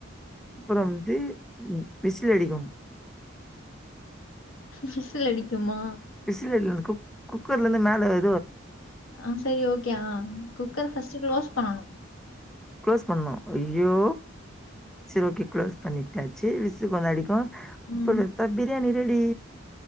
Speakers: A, in the centre; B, on the left (about 75°).
A: அப்றோ வந்து விசில் அடிக்கும்
B: விசில் அடிக்குமா
A: விசில் குக் குக்கர்லருந்து மேல வர்
B: ம் சேரி ஓகே ஆ குக்கர் ஃபஸ்ட்டு க்ளோஸ் பண்ணனு
A: க்ளோஸ் பண்ணு ஐயோ சேரி ஒகே க்ளோஸ் பண்ணிட்டாச்சு விசில் கொஞ்சோ அடிக்கு
B: ம்.
A: சொல்லு த பிரியாணி ரெடி